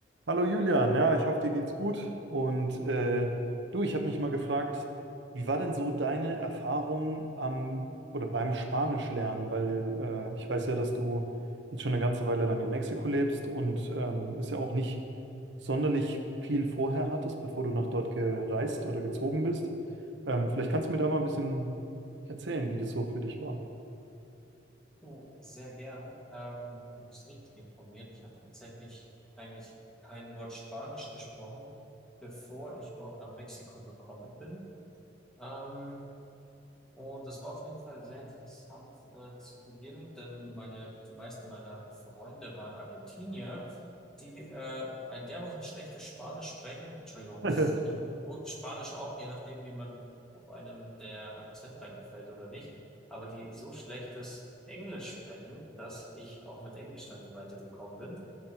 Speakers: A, on the right (about 85°); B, in the centre.
A: Hallo Julian, ja, ich hoffe, dir geht's gut. Und äh, du, ich habe mich mal gefragt, wie war denn so deine Erfahrung am oder beim Spanischlernen? Weil äh, ich weiß ja, dass du jetzt schon eine ganze Weile lang in Mexiko lebst und ähm, es ja auch nicht sonderlich viel vorher hattest, bevor du nach dort gereist oder gezogen bist. Ähm, vielleicht kannst
B: Ja.
A: du mir da mal ein bisschen erzählen, wie das so für dich war.
B: Du, sehr gern. Ähm, du bist richtig informiert. Ich habe tatsächlich eigentlich kein Wort Spanisch gesprochen, bevor ich überhaupt nach Mexiko gekommen bin. Ähm, Und es war auf jeden Fall sehr interessant äh, zu Beginn, denn meine, die meisten meiner Freunde waren Argentinier, die äh, ein dermaßen schlechtes Spanisch sprechen. Entschuldigung,
A: <laughs>
B: <laughs> ich, gut, Spanisch auch, je nachdem, wie man, ob einem der Akzent dann gefällt oder nicht, aber die so schlechtes Englisch sprechen, dass ich auch mit Englisch dann nicht weitergekommen bin.